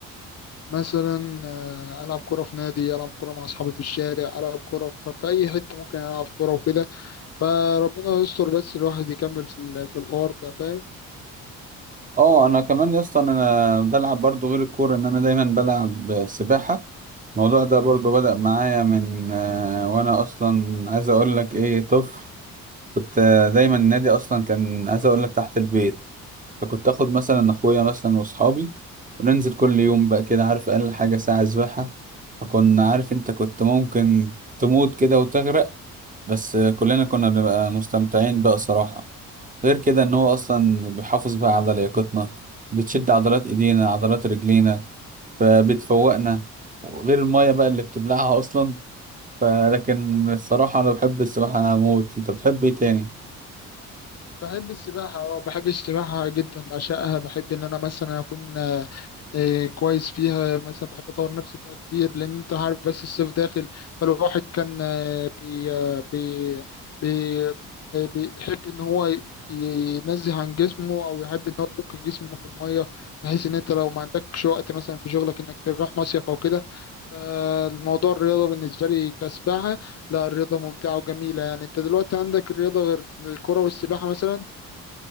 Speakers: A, on the left; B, on the right.
A: مثلا آه، العب كوره في نادي العب كوره مع اصحابي في الشارع العب كوره في في اي حته ممكن العب كوره وكده فربنا يستر بس الواحد يكمل في ال- في الحوار ده فاهم
B: اه انا كمان يا اسطى انا بلعب برضو غير الكوره ان انا دايما بلعب سباحه الموضوع ده برضو بدأ معايا من آه، وانا اصلا عايز اقول لك ايه طفل كنت آه، دايما النادي اصلا كان عايز اقول لك تحت البيت فكنت اخد مثلا اخويا مثلا واصحابي وننزل كل يوم بقى كده عارف اقل حاجه ساعه سباحه فكنا عارف انت كنت ممكن تموت كده وتغرق بس آه، كلنا كنا بنبقى مستمتعين بقى صراحه غير كده ان هو اصلا بيحافظ بقى على لياقتنا بتشد عضلات ايدينا عضلات رجلينا فبتفوقنا وغير الميه بقى اللي بتبلعها اصلا فلكن الصراحه انا بحب السباحه موت انت بتحب ايه تاني
A: بحب السباحة اه بحب السباحة جدا بعشقها بحب ان انا مثلا اكون آه، آه، كويس فيها مثلا بحب اطور نفسي فيها كتير لان انت عارف بس الصيف داخل فالواحد كان آه، بي آه، بي بي آه، بيحب ان هو ي- ينزه عن جسمه او يحب ان هو يفك جسمه في المية بحيث ان انت لو ما عندكش وقت مثلا في شغلك انك تروح مصيف او كده فالموضوع الرياضة بالنسبة لي كسباحة لا الرياضة ممتعة وجميلة يعني انت دلوقتي عندك الرياضة غير الكرة والسباحة مثلا